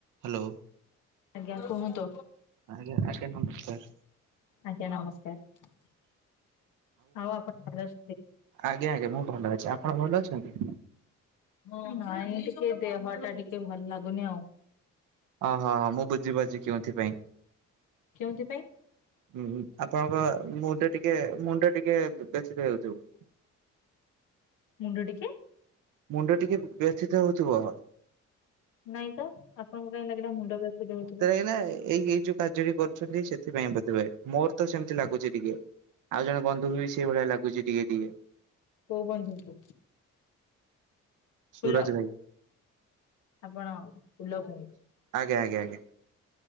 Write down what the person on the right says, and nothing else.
Hello.
ଆଜ୍ଞା ଆଜ୍ଞା ନମସ୍କାର
ଆଜ୍ଞା ଆଜ୍ଞା ମୁଁ ଭଲ ଅଛି। ଆପଣ ଭଲ ଅଛନ୍ତି?
ଓହ ହଁ ମୁଁ ବୁଝିପାରୁଛି କେଉଁଥିପାଇଁ।
ହୁଁ ଆପଣଙ୍କ ମୁଣ୍ଡ ଟିକେ ମୁଣ୍ଡ ଟିକ ବ୍ୟଥିତ ହେଉଥିବ।
ମୁଣ୍ଡ ଟିକେ ବ୍ୟଥିତ ହଉଥିବ।
ହେଲା ଏଇ ଏଇଜୁ କାର୍ଯ୍ୟ ବି କରୁଛନ୍ତି ସେଥିପାଇଁ ବୋଧୁଏ, ମୋର ତ ସେମିତି ଲାଗୁଛି ଟିକେ। ଆଉ ଜଣେ ବନ୍ଧୁ ବି ସେଇ ଭଳିଆ ଲାଗୁଚି ଟିକେ ଟିକେ।
ସୁରଜ
ଭାଇ
ଆଜ୍ଞା ଆଜ୍ଞା ଆଜ୍ଞା।